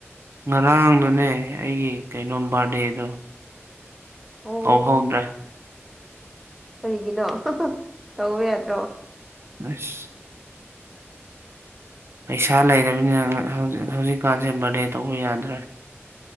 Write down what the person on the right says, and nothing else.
ꯉꯔꯥꯡꯗꯨꯅꯦ ꯑꯩꯒꯤ ꯀꯩꯅꯣꯝ ꯕꯥꯔꯗꯦꯗꯨ
ꯀꯧꯍꯧꯗ꯭ꯔꯦ
ꯑꯁ ꯄꯩꯁꯥ ꯂꯩꯇꯕꯅꯤꯅꯅꯦ ꯍꯧꯖꯤꯛꯀꯥꯟꯁꯦ ꯕꯥꯔꯗꯦ ꯇꯧꯕ ꯌꯥꯗ꯭ꯔꯦ